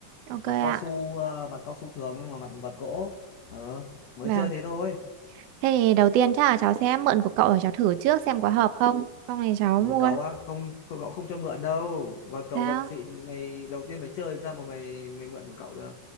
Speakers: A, on the right; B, on the left.
A: Ok
B: Mặt
A: ạ.
B: cao su ờ, mặt cao su thường nhưng mà mặt vợt gỗ. Ờ, mới
A: Vâng.
B: chơi thế thôi.
A: Thế thì đầu tiên chắc là cháu sẽ mượn của cậu để cháu thử trước xem có hợp không. Xong này cháu
B: Mới
A: mua.
B: cậu á, không cậu, cậu không cho mượn đâu. Vợt cậu
A: Sao?
B: vợt xịn mày đầu tiên mày chơi làm sao mà mày mày mượn của cậu được.